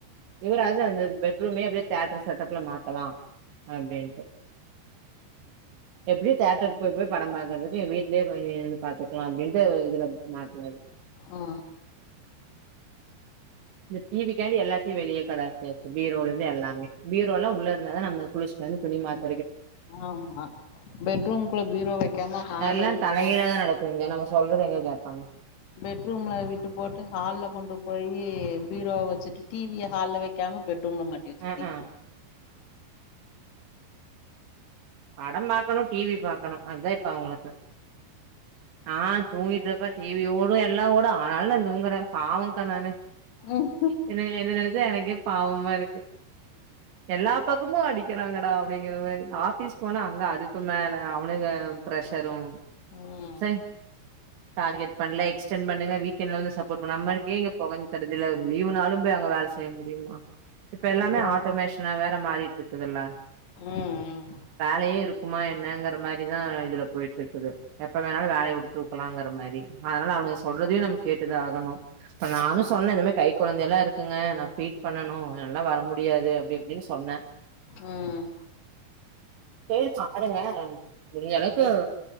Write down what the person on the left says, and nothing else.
அ அ
ஆமா பெட்ரூம்குள்ள பீரோ வெக்காம ஹால்ல
கொண்டு
போய்
பெட்ரூம்ல விட்டு போட்டு ஹால்ல கொண்டு போய் பீரோவ வெச்சிட்டு டிவிய ஹால்ல வெக்காம பெட் ரூம்ல மாட்டி வச்சிருக்கீங்
ம்
ம்
அவ்ளோதா
ம் ம்
ம்
ம்